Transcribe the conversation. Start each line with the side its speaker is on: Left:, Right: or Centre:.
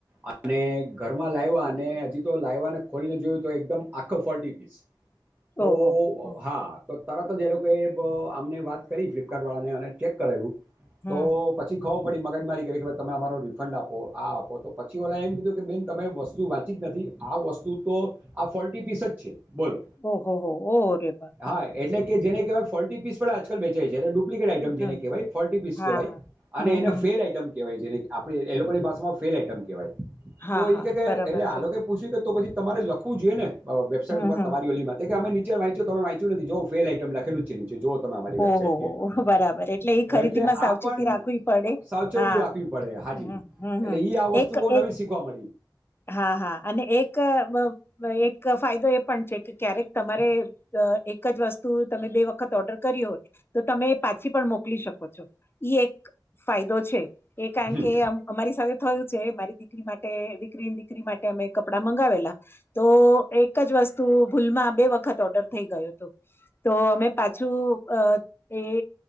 Right: અને ઘરમાં લાવવા અને હજી તો લાવવાને ખોલીને જોયું તો એકદમ આખો ફોલ્ટી પીસ. તો
Left: ઓહો હમ
Right: હા તો તરત જ એ લોકોએ આમને વાત કરી ફ્લિપકાર્ટ વાળાને. અને ચેક કરવુ
Left: હમ.
Right: તો પછી કવ. પડી મગજમારી કરી કે ભ તમે અમારો રિફંડ આપો આ આપો તો પછી ઓલા એમ કીધું કે બેન તમે વસ્તુ વાંચી જ નથી. આ વસ્તુ તો આ ફોર્ટી પીસ જ છે. બોલ
Left: ઓહોહો! ઓહો રે બાપ!
Right: હા એટલે કે જેને કહેવાય ફોલ્ટી પીસ. આજકાલ વેચાય છે, ડુપ્લિકેટ આઈટમ
Left: હા,
Right: જેને કહેવાય ફોર્ટી પીસ
Left: હા.
Right: કહેવાય અને
Left: હમ,
Right: એને
Left: હમ.
Right: Fail item. કેવાય જેઆપ એ લોકોની ભમાં ફેલ આઈટમ કહેવાય
Left: હા,
Right: તો એ
Left: હા.
Right: કે
Left: બરાબર
Right: એટલે આ
Left: છે.
Right: લોકો પૂછ્યું કે તો પછી. તમારે લખવું જોઈએ ને અ વેબસાઇટ
Left: હમ,
Right: ઉપર
Left: હમ.
Right: તમારી ઓલીમાં તો કે અમે ની વાંચ વાય્ચુ તમે વાચ્યું નથી જો ફેલ આઈટમ લખેલુ જ છે, નીચે જોવો <unintelligible> અમારી વેબસાાઈટ
Left: ઓહોહો!
Right: કે
Left: બરાબર એટલે એ ખરીદીમાં
Right: એટલે
Left: સાવચેતી
Right: આપ
Left: રાખવી પડે.
Right: સાવચેતી
Left: હા.
Right: રાખવી પડે હાજી
Left: હમ, હમ,
Right: એટલે
Left: હમ.
Right: ઈ આ વસ્તુ
Left: એક
Right: <unintelligible> નવી
Left: એ
Right: શીખવા મળે.
Left: હા હા અને એક અ એક ફાયદો એ પણ છે, કે ક્યારેક તમારે અ એક જ વસ્તુ તમે બે વખત ઓર્ડર કરી હોય તો તમે પાછી પણ મોકલી શકો છો ઇએ એક ફાયદો છે, એ કારણ
Right: હમ
Left: કે અમારી સાથે થયું છે, મારી દીકરી માટે દીકરીન દીકરી માટે અમે કપડા મંગાવેલા તો એક જ વસ્તુ ભૂલમાં બે વખત ઓર્ડર થઈ ગયો હતો તો અમે પાછું અ એ